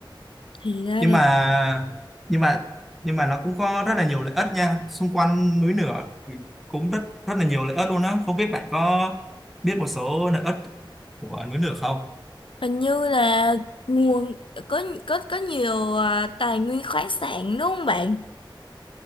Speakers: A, on the left (about 75°); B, in the centre.
A: thì ra
B: nhưng
A: là
B: mà nhưng mà nhưng mà nó cũng có rất là nhiều lợi ích nha xung quanh núi lửa cũng rất rất là nhiều lợi ích luôn á không biết bạn có biết một số lợi ích của núi lửa không
A: hình như là nguồn có có có nhiều ờ, tài nguyên khoáng sản đúng không bạn